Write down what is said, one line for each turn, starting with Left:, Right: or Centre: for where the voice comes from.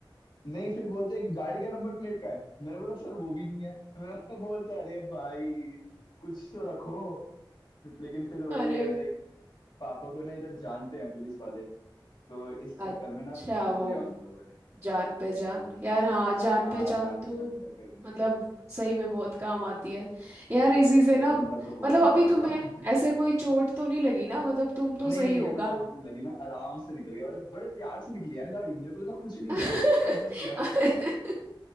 Left: नहीं फिर बोलते हैं कि गाड़ी का नंबर प्लेट का है मैंने बोला सर वो भी नहीं है <laughs> मैंने बोलते हैं, अरे भाई कुछ तो रखो लेकिन फिर वही
Right: अरे
Left: है लाइक पापा को ना इधर जानते हैं पुलिस वाले तो इस
Right: अच्छा
Left: चक्कर में ना छोड़
Right: वो
Left: दिया उन लोगों ने
Right: जान पहचान
Left: हाँ जी
Right: यार हाँ जान
Left: हाँ
Right: पहचान
Left: जान पहचान
Right: तो
Left: के चक्कर में ही
Right: मतलब
Left: छोड़ दिया
Right: सही में बहुत काम आती है यार इसी से
Left: भाई
Right: ना
Left: वरना
Right: मतलब
Left: तो हो जाता
Right: अभी
Left: मेरा
Right: तुम्हें
Left: <laughs>
Right: ऐसे कोई चोट तो नहीं लगी ना मतलब तुम तो
Left: नहीं
Right: सही
Left: नहीं
Right: होगा
Left: मेरे को चोट नहीं लगी मैं आराम से निकल गया और बड़े प्यार से निकली यार गाड़ी मेरे को लगा कुछ नहीं
Right: <laughs>
Left: हुआ मैं बच गया <laughs>